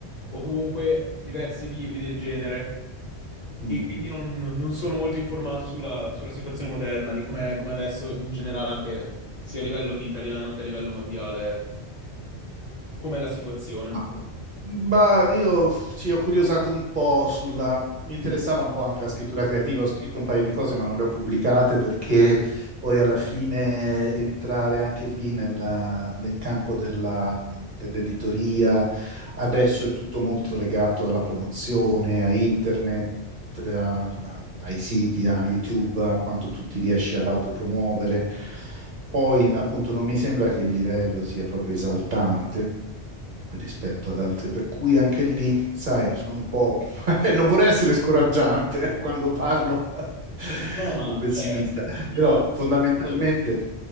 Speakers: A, on the left (about 45°); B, on the right (about 50°).
A: O comunque diversi libri del genere.
B: Mm.
A: E quindi
B: mm.
A: non, non sono molto informato sulla, sulla situazione moderna, di com'è com'è adesso in generale, anche sia a livello che italiano che a livello mondiale, com'è la situazione.
B: Ma, ma io sì, ho curiosato un po' sulla... Mi interessava un po' anche la scrittura creativa, ho scritto un paio di cose ma non le ho pubblicate perché poi alla fine entrare anche lì nella- nel campo della- dell'editoria, adesso è tutto molto legato alla promozione, a internet, a- a- ai siti, a YouTube, a quanto tu ti riesci ad autopromuovere. Poi appunto non mi sembra che il livello sia proprio esaltante rispetto ad altre, per cui anche lì, sai, sono un po'... <laughs> non vorrei essere scoraggiante quando parlo <laughs>
A: No, ma
B: o pessimista,
A: cioè, anch'io
B: però
A: ho questo
B: fondamentalmente
A: pensiero,